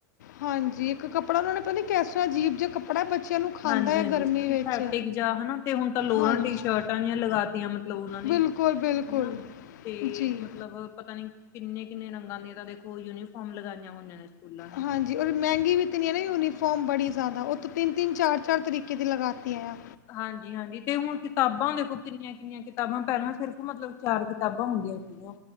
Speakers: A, on the left; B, on the left.
A: ਹਾਂਜੀ ਇੱਕ ਕੱਪੜਾ ਉਹ ਨੇ ਪਤਾ ਨੀ ਕਿਸ ਤਰ੍ਹਾਂ ਜੀਬ ਜਾ ਕੱਪੜਾ ਬੱਚਿਆਂ ਨੂੰ ਖਾਂਦਾ
B: ਹਾਂਜੀ
A: ਆ
B: ਹਾਂਜੀ
A: ਗਰਮੀ
B: ਸਥੈਟਿਕ
A: ਵਿੱਚ
B: ਜਾਂ ਹਨਾ ਤੇ ਹੁਣ ਤਾਂ ਲੋਰਾਂ
A: ਹਾਂਜੀ
B: ਟੀ ਸ਼ਰਟਾਂ ਜੀਆ ਲਗਾ ਤੀਆਂ ਮਤਲਬ ਉਹਨਾਂ ਨੇ
A: ਬਿਲਕੁਲ ਬਿਲਕੁਲ
B: ਹਨਾ ਤੇ
A: ਜੀ
B: ਮਤਲਬ ਪਤਾ ਨੀ ਕਿੰਨੇ ਕਿੰਨੇ ਰੰਗਾਂ ਦੀਆਂ ਤਾਂ ਦੇਖੋ ਯੂਨੀਫਾਰਮ ਲਗਾਈਆਂ ਹੋਈਆਂ ਨੇ ਸਕੂਲਾਂ ਨੇ
A: ਹਾਂਜੀ ਔਰ ਮਹਿੰਗੀ ਵੀ ਤਾਂ ਇਤਨੀ ਆ ਨਾ ਯੂਨੀਫੋਮ ਬੜੀ ਜ਼ਿਆਦਾ ਉਤੋਂ ਤਿੰਨ ਤਿੰਨ ਚਾਰ ਚਾਰ ਤਰੀਕੇ ਦੀ ਲਗਾਤੀ ਆ
B: ਹਾਂਜੀ ਹਾਂਜੀ ਤੇ ਹੁਣ ਕਿਤਾਬਾਂ ਦੇਖੋ ਕਿੰਨੀਆਂ ਕਿੰਨੀਆਂ ਕਿਤਾਬਾਂ ਪਹਿਲਾਂ ਸਿਰਫ ਮਤਲਬ ਚਾਰ ਕੀਤਾ ਕਿਤਾਬਾਂ ਹੁੰਦੀਆਂ ਸੀਗੀਆਂ।